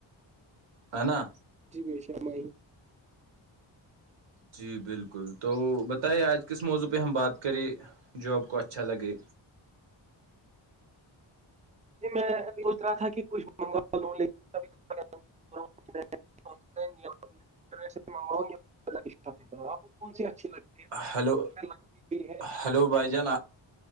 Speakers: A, on the right (about 85°); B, on the right (about 15°).
A: ہے نا
B: جی بے شرمائی <unintelligible>
A: جی بالکل تو بتائے آج کس موضوع پہ ہم بات کریں جاب کو اچھا لگے
B: جی میںبھی سوچ رہا تھا کہ کچھ منگوا لوں لیکن ابھیا ہوں میں انرٹ سے مگا آپ کون سی اچھی لگتی ہے <unintelligible>
A: ہیلو
B: لگتی کوئی ہے تو
A: ہلو بھائی جان